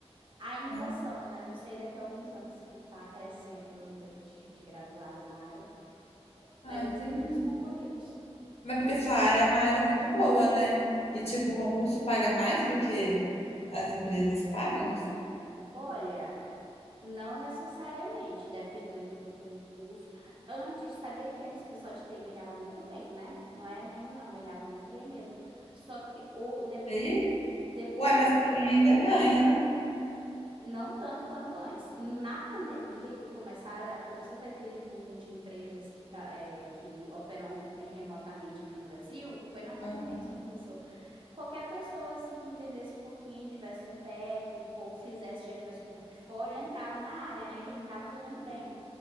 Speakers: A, on the right; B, on the left.
A: Ainda
B: Ah,
A: são, né? Não sei daqui a alguns anos que está crescendo o número de gente graduada na área,
B: ah,
A: mas
B: entendi.
A: eles são menos concorridos.
B: Mas porque sua área é uma área muito boa, né? E tipo, o concurso paga mais do que as empresas pagam, assim?
A: Olha, não necessariamente, dependendo do concurso. Antes, sabia que antes o pessoal de TI ganhava muito bem, né? Não é mesmo, não, ganhava muito bem mesmo. Só que o, de-
B: E Aí?
A: depois
B: uai! mas
A: da pandemia,
B: pra mim ainda ganha, não?
A: Não tanto quanto antes. Na pandemia, que começaram, começou a ter aquele boom de empresas que, tra- eh, que operam eh, remotamente aqui no Brasil, foi na pandemia
B: Aham,
A: que isso aconteceu. Qualquer pessoa assim, que entendesse um pouquinho, tivesse um técnico, ou fizesse, já tivesse um portfólio, entrava na área, né? E já entrava ganhando bem.